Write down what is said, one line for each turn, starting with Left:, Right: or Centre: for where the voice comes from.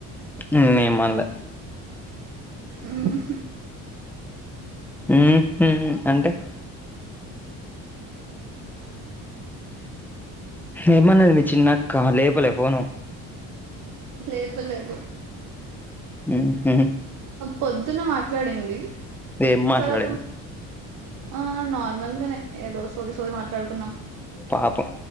Centre: నేనేమ్ మన్ల
Right: ఉహు
Centre: ఉ హు అంటే
Right: <inaudible>
Centre: ఏమన్నాది మీ చిన్నక్క లేపలే ఫోను
Right: లేపలేదు
Centre: ఉ హు
Right: పొద్దున మాట్లాడింది
Centre: ఏం మాట్లాడింది
Right: తర్వాత ఆ నార్మల్గానే ఏదో సోది సోది మాట్లాడుకున్నాం
Centre: పాపం